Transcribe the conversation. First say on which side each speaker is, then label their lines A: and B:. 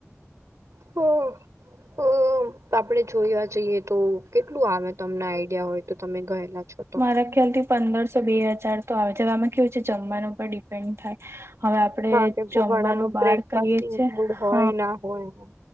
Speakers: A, on the right; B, on the right.
A: હમ્મ. હમ્મ આપડે જોવા જઈએ તો કેટલું આવે તમને આઈડિયા હોય તો તમે ગયેલા છો. તો
B: મારા ખ્યાલ થી પંદરસો બે હજાર તો આવે છે આમાં કેવું છે જમવાનું પણ ડીપેન્ડ થાય, હવે આપણેે
A: હા કેમ કે
B: જમવાનું
A: ઘણામાં
B: બાર
A: બ્રેકફાસ્ટ
B: કરીએ
A: ઇન્ક્લુડ
B: છીએ
A: હોય
B: હ.
A: ના હોય